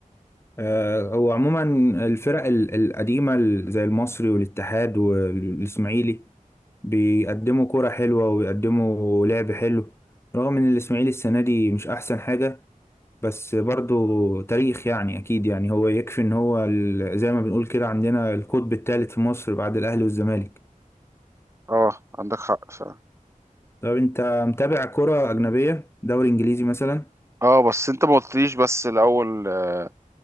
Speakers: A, on the left; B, on the right.
A: آه، هو عموما الفرق ال- القديمة ال- زي المصري والاتحاد والإسماعيلي بيقدموا كرة حلوة وبيقدموا لعب حلو رغم إن الإسماعيلي السنة دي مش أحسن حاجة بس برضو تاريخ يعني أكيد يعني هو يكفي إن هو ال- زي ما بنقول كده عندنا القطب الثالث في مصر بعد الأهلي والزمالك
B: اه عندك حق فعلا
A: طب أنت متابع كرة أجنبية دوري إنجليزي مثلا؟
B: اه بس انت ما قلتليش بس الاول آه،